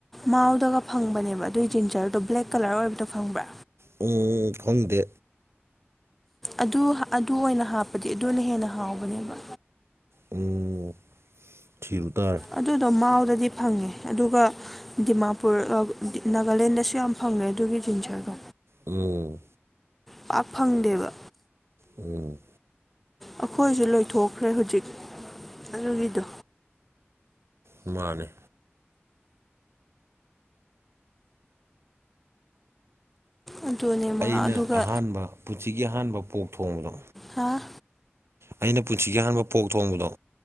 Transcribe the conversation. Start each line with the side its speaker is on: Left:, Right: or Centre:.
Centre: ꯃꯥꯎꯗꯒ ꯐꯪꯕꯅꯦꯕ ꯑꯗꯨꯏ ꯖꯤꯟꯁꯔꯗꯣ ꯕ꯭ꯂꯦꯛ ꯀꯂꯔ ꯑꯣꯏꯕꯗꯣ ꯐꯪꯕ꯭ꯔꯥ
Right: ꯎꯝ ꯐꯪꯗꯦ
Centre: ꯑꯗꯨ ꯑꯗꯨ ꯑꯣꯏꯅ ꯍꯥꯞꯄꯗꯤ ꯑꯗꯨꯅ ꯍꯦꯟꯅ ꯍꯥꯎꯕꯅꯦꯕ
Right: ꯎꯝ ꯊꯕꯨ ꯇꯔ
Centre: ꯑꯗꯨꯗꯣ ꯃꯥꯎꯗꯗꯤ ꯐꯪꯉꯦ ꯑꯗꯨꯒ ꯗꯤꯃꯥꯄꯨꯔ ꯅꯥꯒꯥꯂꯦꯟꯗꯁꯨ ꯌꯥꯝ ꯐꯪꯉꯦ ꯑꯗꯨꯒꯤ ꯖꯤꯟꯁꯔꯗꯣ
Right: ꯎꯝ
Centre: ꯄꯥꯛ ꯐꯪꯗꯦꯕ
Right: ꯎꯝ
Centre: ꯑꯩꯈꯣꯏꯁꯨ ꯂꯣꯏꯊꯣꯛꯈ꯭ꯔꯦ ꯍꯧꯖꯤꯛ ꯑꯗꯨꯒꯤꯗꯣ
Right: ꯃꯥꯅꯦ
Centre: ꯑꯗꯨꯅꯦ ꯃꯥ
Right: ꯑꯩꯅ
Centre: ꯑꯗꯨꯒ
Right: ꯑꯍꯥꯟꯕ ꯄꯨꯟꯁꯤꯒꯤ ꯑꯍꯥꯟꯕ ꯄꯣꯛ ꯊꯣꯡꯕꯗꯣ
Centre: ꯍꯥꯥ
Right: ꯑꯩꯅ ꯄꯨꯟꯁꯤꯒꯦ ꯍꯥꯟꯕ ꯄꯣꯛ ꯊꯣꯡꯕꯗꯣ